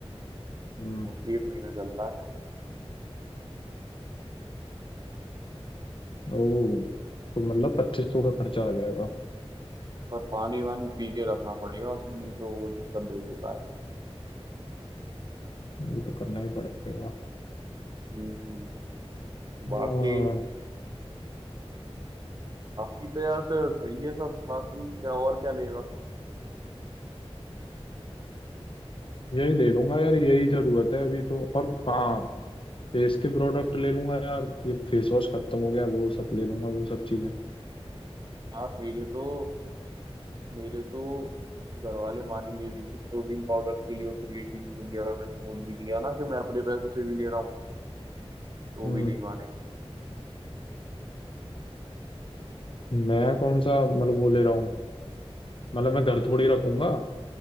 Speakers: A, on the left (about 55°); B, on the right (about 40°).
A: हम्म,
B: तो एक महीना चलता है
A: ओ तो मतलब पच्चीस सौ का खर्चा आ जाएगा
B: पर पानी वानी पी के रखना पड़ेगा उसमें नहीं तो वो दिक्कत दे देता है
A: ये तो करना ही पड़ेगा
B: हम्म
A: हाँ
B: बाकी बाकी तो यार फिर सही है सब बाकी क्या और क्या लेगा
A: यही ले लूंगा यार यही जरूरत है अभी तो और हाँ फेस के प्रोडक्ट ले लूंगा यार ये फेस वॉश खत्म हो गया वो सब ले लूंगा वो सब चीजें
B: यार मेरे तो मेरे तो घर वाले मानेंगे भी नहीं प्रोटीन पाउडर के लिए और क्रिएटिन के लिए अगर मैंने बोल भी दिया ना कि मैं अपने पैसों से भी ले रहा हूँ तो
A: हम्म
B: भी नहीं मानेंगे
A: मैं कौन सा मतलब वो ले रहा हूँ मतलब मैं घर थोड़ी रखूंगा